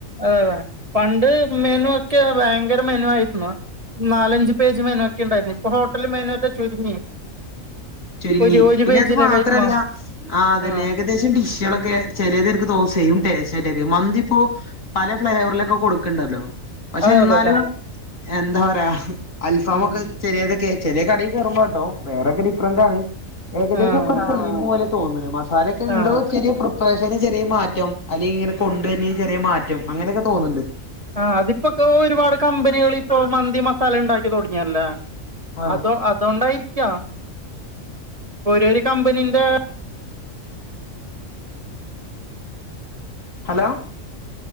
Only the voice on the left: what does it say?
ചുരുങ്ങി
പിന്നെ
അത് മാത്രല്ല
ആ അതന്നെ
ഏകദേശം ഡിഷുകളൊക്കെ ചിലത് എനിക്ക് സെയിം ടെസ്റ്റ് മന്തി ഇപ്പോ പല ഫ്ലേവറിലൊക്കെ കൊടുക്കണ്ടല്ലോ പക്ഷെ
എന്നാലും
എന്താ പറയാ അൽഫാമ്
ഒക്കെ ചെലയതൊക്കെ ചെല കടയിൽ കേറുമ്പോ കേട്ടോ വേറെൊക്കെ <unintelligible> ഏകദേശം
ഒക്കെ ഒരു പോലെ തോന്നുന്നത് മസാലൊക്കെ എന്തോ
ചെറിയ <unintelligible> ചെറിയ മാറ്റം അല്ലെങ്കിൽ ഇങ്ങനെ കൊണ്ട് തന്നെ ചെറിയ മാറ്റം അങ്ങനെയൊക്കെ തോന്നുന്നുണ്ട്
ആഹ്
ഹലോ